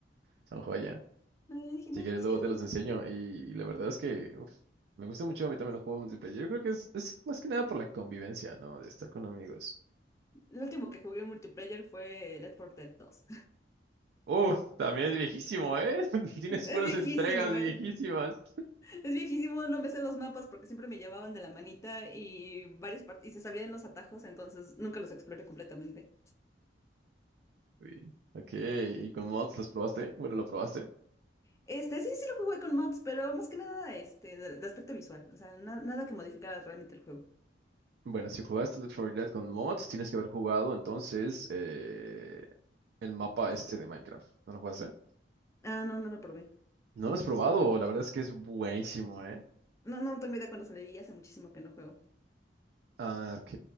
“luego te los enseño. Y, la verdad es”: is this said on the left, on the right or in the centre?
Right